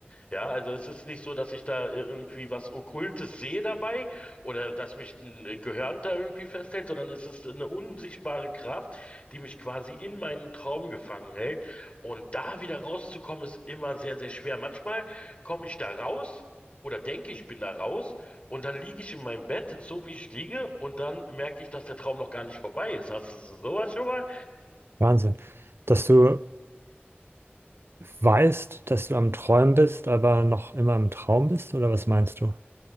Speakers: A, on the left (about 30°); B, on the right (about 70°).
A: Ja, also es ist nicht so, dass ich da äh, irgendwie was Okkultes sehe dabei oder dass mich ein äh, Gehirn da irgendwie festhält, sondern es ist eine unsichtbare Kraft, die mich quasi in meinen Traum gefangen hält. Und da wieder rauszukommen, ist immer sehr, sehr schwer. Manchmal komme ich da raus oder denke, ich bin da raus und dann liege ich in meinem Bett, so wie ich liege, und dann merke ich, dass der Traum noch gar nicht vorbei ist. Hast du sowas schon mal?
B: Wahnsinn. Dass du weißt, dass du am Träumen bist, aber noch immer im Traum bist, oder was meinst du?